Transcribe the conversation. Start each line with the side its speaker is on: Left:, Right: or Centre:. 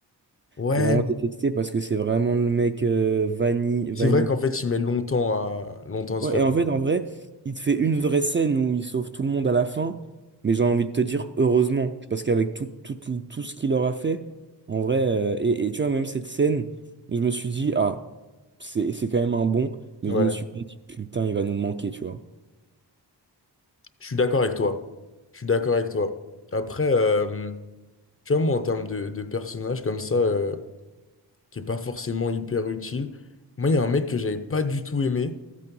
Left: Ouais,
Right: Je l'ai vraiment détesté parce que c'est vraiment le mec euh, vani
Left: C'est
Right: vanille,
Left: vrai qu'en fait, il met longtemps à, longtemps à
Right: Ouais,
Left: se faire.
Right: et en fait, en vrai, il te fait une vraie scène où il sauve tout le monde à la fin, mais j'ai envie de te dire heureusement, parce qu'avec tout, tout, tout, tout ce qu'il leur a fait, en vrai, euh, et, et tu vois, même cette scène, je me suis dit, ah, c'est, c'est quand même un bon, mais
Left: Ouais,
Right: je me suis pas dit, putain, il va nous manquer, tu vois.
Left: je suis d'accord avec toi. Je suis d'accord avec toi. Après, euh, tu vois, moi, en termes de, de personnage comme ça, euh, qui est pas forcément hyper utile, moi, il y a un mec que j'avais pas du tout aimé,